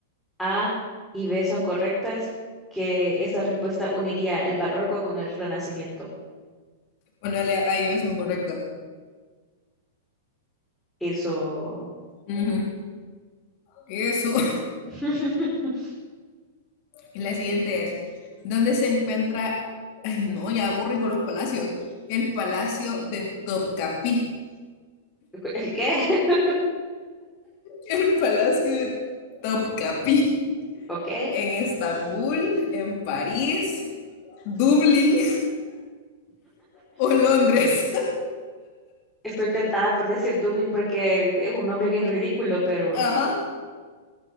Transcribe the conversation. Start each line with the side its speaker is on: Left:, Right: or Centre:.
Centre: A y B son correctas, que esta respuesta uniría el barroco con el Renacimiento.
Left: Ponele ahí versión correcta.
Centre: Eso.
Left: Ujú. Eso.
Centre: <laughs>
Left: La siguiente es, ¿dónde se encuentra, ay no, ya aburren con los palacios, el palacio de Topkapi?
Centre: ¿El qué? <laughs>
Left: El palacio de Topkapi.
Centre: Ok.
Left: En Estambul, en París, Dublín o Londres.
Centre: Estoy tentada por decir Dublín porque es un nombre bien ridículo, pero,
Left: <laughs> Ajá,